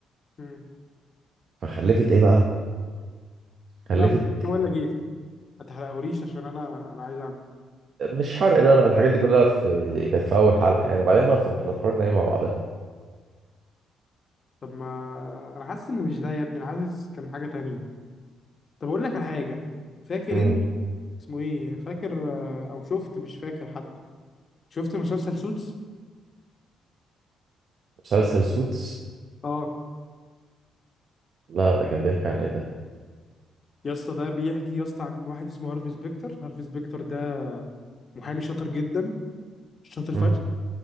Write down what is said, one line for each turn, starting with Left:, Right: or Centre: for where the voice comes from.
Left: امم
Right: فخلفت ايه بقى خلفت
Left: لا بقول لك ايه ما تحرقهوليش عشان انا انا عايز اعمل
Right: آه، مش حرق لا لا الحاجات دي كلها في كانت في اول حلقه يعني بعدين ما احنا اتفرجنا عليه مع بعضنا
Left: طب ما انا حاسس ان مش ده يا ابني انا حاسس كان حاجة تانية طب اقول لك على حاجة فاكر
Right: مم.
Left: انت اسمه ايه فاكر آه، او شفت مش فاكر حتى شفت مسلسل سوتس
Right: مسلسل سوتس
Left: اه
Right: لا ده كان بيحكي عن ايه ده
Left: يا اسطى ده بيحكي يا اسطى عن واحد اسمه هارفي سبيكتر هارفي سبيكتر ده محامي شاطر جدا شاطر فشخ
Right: مم.